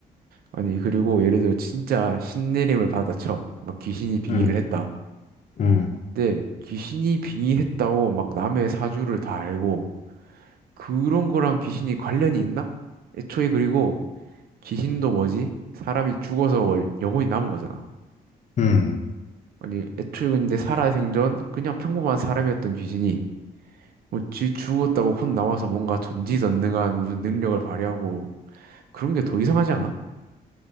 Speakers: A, on the right (about 75°); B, on the left (about 45°).
A: 아니 그리고 예를 들어 진짜 신내림을 받아쳐. 막 귀신이 빙의를
B: 응,
A: 했다.
B: 응,
A: 근데 귀신이 빙의했다고 막 남의 사주를 다 알고 그런 거랑 귀신이 관련이 있나? 애초에 그리고 귀신도 뭐지? 사람이 죽어서 월- 영혼이 남은 거잖아.
B: 응.
A: 아니, 애초에 근데 살아생전 그냥 평범한 사람이었던 귀신이 뭐 쥐 죽었다고 혼 남아서 뭔가 전지전능한 무슨 능력을 발휘하고 그런 게 더 이상하지 않아?